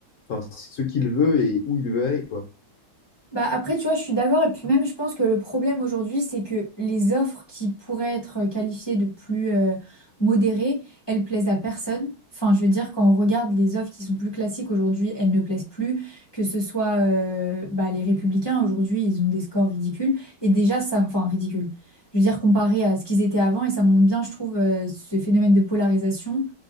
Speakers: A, on the left; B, on the left.
A: enfin, c'est ce qu'il veut et où il veut aller, quoi.
B: Bah après, tu vois, je suis d'accord. Et puis même, je pense que le problème aujourd'hui, c'est que les offres qui pourraient être euh, qualifiées de plus euh, modérées, elles plaisent à personne. Enfin, je veux dire, quand on regarde les offres qui sont plus classiques aujourd'hui, elles ne plaisent plus. Que ce soit euh, bah, les Républicains, aujourd'hui, ils ont des scores ridicules. Et déjà, ça, enfin, ridicule. Je veux dire, comparé à ce qu'ils étaient avant, et ça montre bien, je trouve, euh, ce phénomène de polarisation.